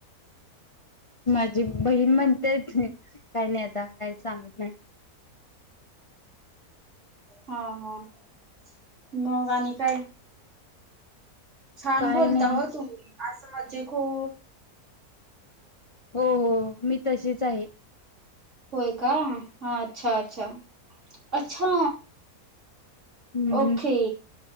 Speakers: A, on the left; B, on the right.
A: माझी बहीण म्हणतेत काही नाही, आता काय सांगत नाही.
B: हा हा. <unintelligible> मग आणि काय? छान
A: काय
B: बोलता
A: नाही
B: हो तुम्ही आज म्हजे खू
A: हो हो मी तशीच आहे.
B: होय. कम. हा अच्छा अच्छा. अच्छा.
A: हम्म
B: ओके.